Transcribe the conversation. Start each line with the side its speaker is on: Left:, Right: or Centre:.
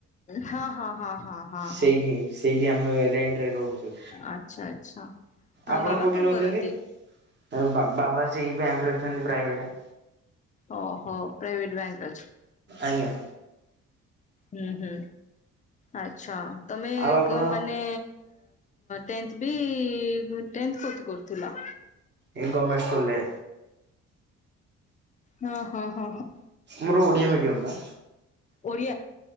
Left: ହଁ ହଁ ହଁ ହଁ ହଁ
Right: ସେଇଠି
Left: ହଁ।
Right: ସେଇଠି ଆମେ ରେଣ୍ଟରେ ରହୁ
Left: ଆଚ୍ଛା ଆଚ୍ଛା। ହଁ
Right: ଆପଣ
Left: ବାବା
Right: କୋଉଠି
Left: କଣ
Right: ରହୁଛନ୍ତି?
Left: କରନ୍ତି?
Right: ତ ବାବା ସେଇ ବ୍ୟାଙ୍କରେ ଅଛନ୍ତି ପ୍ରାଇବେଟ।
Left: ଓହୋ ପ୍ରାଇଭେଟ ବ୍ୟାଙ୍କରେ ଅଛି।
Right: ଆଜ୍ଞା।
Left: ହୁଁ ହୁଁ ଆଚ୍ଛା ତମେ
Right: ଆଉ ଆପଣ
Left: କଣ ମାନେ ଟେନ୍ଥ ବି ଟେନ୍ଥ କୋଉଠି କରୁଥିଲ?
Right: ଏ ଗମେଣ୍ଟ ସ୍କୁଲରେ।
Left: ହଁ ହଁ ହଁ।
Right: ମୋର ଓଡ଼ିଆ ମିଡ଼ିୟମ୍ ବା।
Left: ଓଡ଼ିଆ।